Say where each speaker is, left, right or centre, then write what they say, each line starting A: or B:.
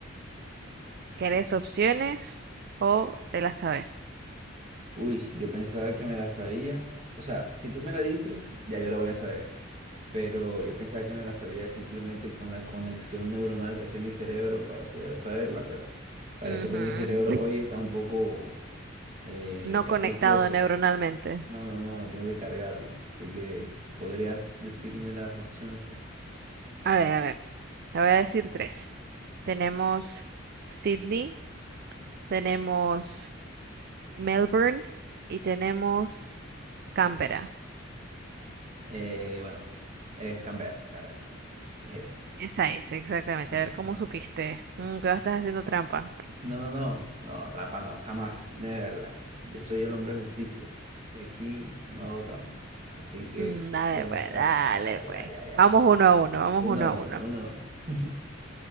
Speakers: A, on the right; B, on the right.
A: ¿Querés opciones o te las sabes?
B: Uy, yo pensaba que me la sabía. O sea, si tú me la dices, ya yo la voy a saber. Pero yo pensaba que me la sabía simplemente con la conexión neuronal que hace mi cerebro para poder saberla. Pero parece
A: Ujú.
B: que mi cerebro
A: <laughs>
B: hoy está un poco eh,
A: No conectado
B: caprichoso.
A: neuronalmente.
B: No, no, no, tengo que cargarlo. Así que, ¿podrías decirme las opciones, por favor?
A: A ver, a ver, te voy a decir tres. Tenemos Sydney, tenemos Melbourne y tenemos Canberra.
B: Eh, bueno, es Camber, la verdad. Es esa,
A: Esa es, exactamente.
B: es esa,
A: A ver cómo
B: es
A: supiste.
B: esa.
A: Mm, que estás haciendo trampa.
B: No, no, no, no, trampa no, jamás, Neverland. Yo soy el hombre de justicia y aquí no hago trampa. Así que
A: Mm, dale,
B: puedes
A: pues,
B: estar.
A: dale,
B: Ya, ya,
A: pues.
B: ya, ya, ya,
A: Vamos
B: ya.
A: uno a uno, vamos
B: Uno,
A: uno a
B: uno,
A: uno.
B: uno, uno.